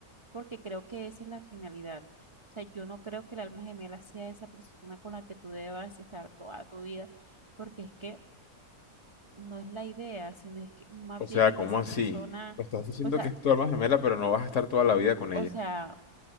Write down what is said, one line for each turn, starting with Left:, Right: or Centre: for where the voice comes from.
Right: porque creo que esa es la finalidad. O sea, yo no creo que el alma gemela sea esa persona con la que tú debas estar toda tu vida, porque es que no es la idea, sino es que más
Left: O
Right: bien
Left: sea, ¿cómo
Right: es esa
Left: así?
Right: persona,
Left: Me estás diciendo
Right: o sea,
Left: que es tu alma gemela, pero no vas a estar toda la vida con
Right: o
Left: ella.
Right: sea,